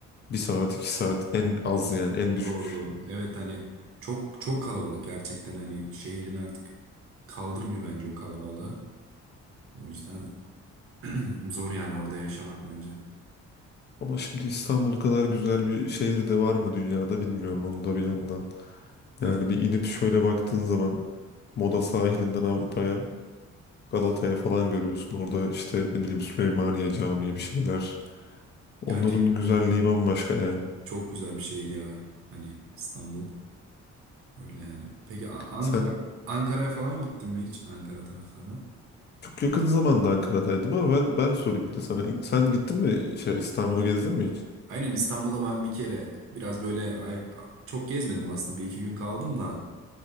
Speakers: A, on the left (about 35°); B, on the right (about 45°).
A: Bir saat iki saat en az yani en düşük.
B: doğru doğru. Evet hani çok çok kalabalık gerçekten hani şehrin artık kaldırmıyor bence o kalabalığı. O yüzden <clears throat> zor yani orada yaşamak bence.
A: Ama şimdi İstanbul kadar güzel bir şehir de var mı dünyada bilmiyorum onu da bir yandan.
B: Evet
A: Yani bir inip şöyle baktığın zaman Moda sahilinden Avrupa'ya Galata'ya falan görüyorsun. Orada işte ne bileyim Süleymaniye Camii bir şeyler. Onların
B: gerçekten
A: güzelliği bambaşka yani.
B: Çok güzel bir şehir ya. Hani İstanbul. Öyle yani. Peki A- Ankara
A: Sen
B: Ankara'ya falan gittin mi hiç? Ankara taraflarına.
A: çok yakın zamanda Ankara'daydın ama ben ben sorayım bir de sana. Sen gittin mi şey İstanbul'u gezdin mi hiç?
B: Aynen İstanbul'a ben bir kere biraz böyle ay- çok gezmedim aslında. Bir iki gün kaldım da.